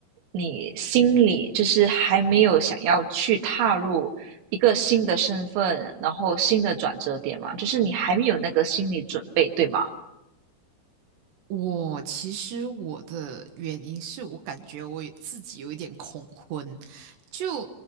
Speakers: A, on the right (about 85°); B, on the right (about 70°).
A: 你心里就是还没有想要去踏入一个新的身份，然后新的转折点嘛，就是你还没有那个心理准备，对吗？
B: 我其实我的原因是我感觉我有自己有一点恐婚，就